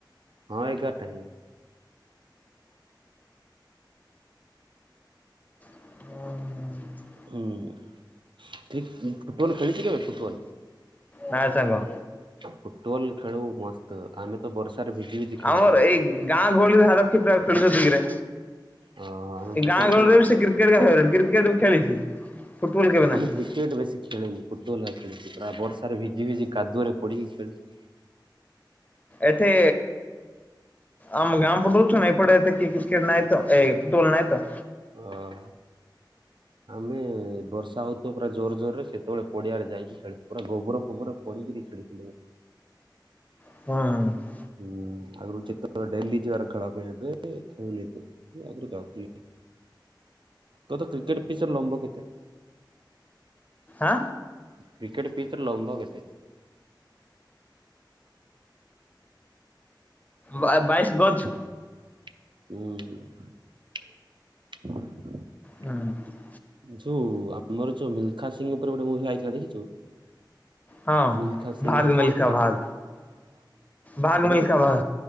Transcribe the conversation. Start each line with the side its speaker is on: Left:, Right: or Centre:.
Right: ହଁ ଏଗାର୍ ଟା ହିଁ।
Left: <unintelligible>
Right: ହୁଁ-ହଁ- ଫୁଟବଲ୍ ଖେଳିଚି କେବେ ଫୁଟବଲ୍?
Left: ନା ସାଙ୍ଗ।
Right: ଫୁଟୁବଲ୍ ଖେଳୁ ମସ୍ତ୍ ଆମେ ତ ବର୍ଷାରେ ଭିଜି ଭିଜି ଖେଳୁଥିଲୁ।
Left: ଆମର ଏଇ ଗାଁ ଗହଳି ଭାବେ <unintelligible> ସେତିକିରେ।
Right: ଅ ଆମେ
Left: ଏ
Right: ଫୁଟବଲ
Left: ଗାଁ ଗହଳିରେ
Right: ଖେଳୁଥିଲୁ।
Left: ବି ସେ କ୍ରିକେଟ୍ <unintelligible> କ୍ରିକେଟ୍ ଖେଳିଚି ଫୁଟୁବଲ୍ କେବେ ନାଇଁ।
Right: କ୍ରିକେଟ୍ ବେଶୀ ଖେଳେନି। ଫୁଟୁବଲ୍ ରା ଖେଳିଚି ପୁରା ବର୍ଷା ରେ ଭିଜି ଭିଜି କାଦୁଅରେ ପଡିିକି ଖେଳିଚି।
Left: ଏଠେ ଆମ ଗାଁ ପଟଉଚୁ ନା ଏପଟେ ଏତେ କ୍ରିକେଟ୍ ନାଇଁ ତ ଏଇ ଫୁଟୁବଲ୍ ନାଇଁ ତ।
Right: ଅ ହ ଆମେ ବର୍ଷା ହଉଥିବ ପୁରା ଜୋର୍ ଜୋର୍ ରେ ସେତବେଳେ ପଡିଆରେ ଯାଇକି ଖେଳୁ ପୁରା ଗୋବର ଫୋବର ପଡିକିରି ଖେଳିଥିଲୁ।
Left: <unintelligible>
Right: ହୁଁ ଆଗୁରୁ ଯେତେବେଳେ ଡେଲି ଯିବାର ଖେଳ ହୁଏ ସେଠେ <unintelligible> ଆଗୁରୁ ଯାଉଥିଲି। ତ-ତ କ୍ରିକେଟ୍ ପିଚ୍ ର ଲମ୍ବ କେତେ?
Left: ଆଁ।
Right: କ୍ରିକେଟ୍ ପିଚ୍ ର ଲମ୍ବ କେତେ?
Left: ବା- ବାଇଶ୍ ଗଜ୍
Right: ହୁଁ।
Left: ହୁଁ।
Right: ଯଉ ଆମର ଯଉ ମିଲ୍ଖା ସିଂଙ୍ଗ୍ ଉପରେ ଗୋଟେ ମୁଭି ଆଇଥିଲା ଦେଖିଚୁ?
Left: ହଁ।
Right: ମିଲ୍ଖା ସିଂ
Left: ଭାଗ
Right: ର କଣ
Left: ମିଲ୍ଖା
Right: ଥିଲା
Left: ଭାଗ ଭାଗ ମିଲ୍ଖା
Right: କି?
Left: ଭାଗ